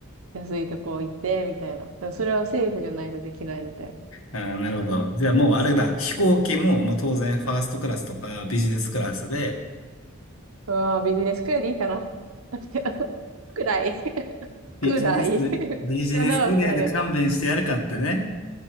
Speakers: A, on the right (about 85°); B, on the left (about 85°).
A: 安いとこ行って、みたいな。だからそれは政府じゃないとできないので。
B: ああ、なるほど。じゃあもうあれだ、飛行機も、もう当然ファーストクラスとかビジネスクラスで、
A: うわービジネスくらいでいいかな。<laughs> くらい。<laughs>
B: ビジネス、
A: くらい。<laughs>
B: ビジネスグレーで勘弁してやるかってね。
A: 7億あれば。